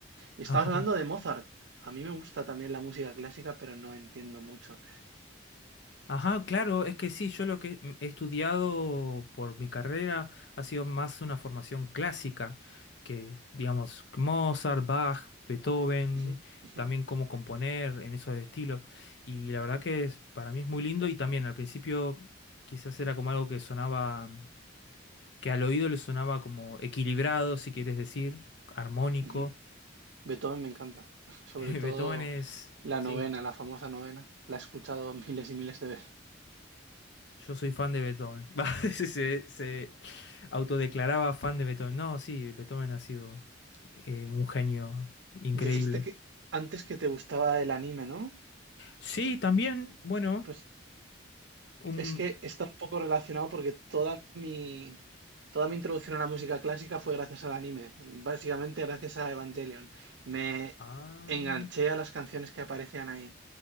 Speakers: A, on the right; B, on the left.
A: Y
B: Ajá.
A: estabas hablando de Mozart. A mí me gusta también la música clásica, pero no entiendo mucho.
B: Ajá, claro, es que sí, yo lo que he estudiado por mi carrera ha sido más una formación clásica, que digamos Mozart, Bach, Beethoven,
A: Ujú, ujú,
B: también cómo componer en esos estilos. Y la verdad que es- para mí es muy lindo y también al principio quizás era como algo que sonaba, que al oído le sonaba como equilibrado, si quieres decir, armónico.
A: ujú. Beethoven me encanta. <laughs> Sobre
B: <laughs> Beethoven
A: todo
B: es,
A: la
B: sí.
A: novena, la famosa novena. La he escuchado miles y miles de veces.
B: Yo soy fan de Beethoven. <laughs> Va, Se, se- se autodeclaraba fan de Beethoven. No, sí, Beethoven ha sido eh, un genio increíble.
A: Dijiste que antes que te gustaba el anime, ¿no?
B: Sí, también, bueno,
A: Pues
B: un...
A: es que está un poco relacionado porque toda mi, toda mi introducción a la música clásica fue gracias al anime, básicamente gracias a Evangelion. Me
B: Ah,
A: enganché a las canciones que aparecían ahí.